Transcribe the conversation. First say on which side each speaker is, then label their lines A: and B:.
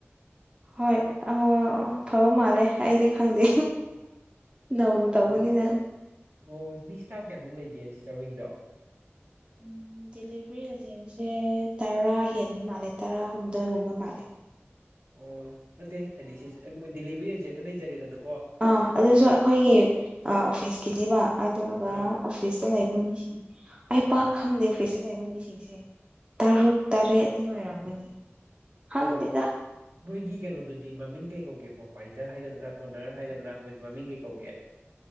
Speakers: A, on the right (about 25°); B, on the right (about 60°).
A: ꯍꯣꯏ ꯑꯣ ꯍꯣ ꯐꯕ ꯃꯥꯜꯂꯦ ꯑꯩꯗꯤ ꯈꯪꯗꯦ ꯅꯧꯅ
B: ꯑꯣ
A: ꯇꯧꯕꯅꯤꯅ
B: ꯑꯣ ꯃꯤ ꯏꯁꯇꯞ ꯀꯌꯥꯃꯨꯛ ꯂꯩꯒꯦ ꯁꯤꯁꯇꯔ ꯍꯣꯏꯒꯤꯗꯣ
A: ꯎꯝ ꯗꯦꯂꯤꯕꯔꯤ ꯑꯦꯖꯦꯟꯁꯦ ꯇꯔꯥ ꯍꯦꯟꯕ ꯃꯜꯂꯦ ꯇꯔꯥꯍꯨꯝꯗꯣꯏꯒꯨꯝꯕ ꯃꯜꯂꯦ
B: ꯑꯣ ꯅꯠꯇꯦ ꯍꯥꯏꯗꯤ ꯁꯤ ꯗꯤꯂꯤꯚꯔꯤ ꯑꯦꯖꯦꯟꯗꯣ ꯂꯩꯖꯔꯦꯗꯅ
A: ꯑꯥ ꯑꯗꯨꯁꯨ ꯑꯈꯣꯏꯒꯤ ꯑꯣꯐꯤꯁꯀꯤꯅꯦꯕ ꯑꯗꯨꯒ
B: ꯑꯥ
A: ꯑꯣꯐꯤꯁꯇ ꯂꯩꯕ ꯃꯤꯁꯤꯡ ꯑꯩ ꯄꯥꯛ ꯈꯪꯗꯦ ꯐ꯭ꯔꯦꯁꯇ ꯂꯩꯕ ꯃꯤꯁꯤꯡꯁꯦ ꯇꯔꯨꯛ ꯇꯔꯦꯠꯇꯤ ꯑꯣꯏꯔꯝꯒꯅꯤ ꯈꯪꯗꯦꯗ
B: ꯑꯣ ꯃꯣꯏꯒꯤ ꯀꯩꯅꯣꯗꯗꯤ ꯃꯃꯤꯡ ꯀꯩ ꯒꯦ ꯄ꯭ꯔꯣꯄꯥꯏꯇꯔ ꯍꯥꯏꯒꯗ꯭ꯔ ꯑꯣꯅꯔ ꯍꯥꯏꯒꯗ꯭ꯔ ꯃꯣꯏ ꯃꯃꯤꯡ ꯀꯩ ꯀꯧꯒꯦ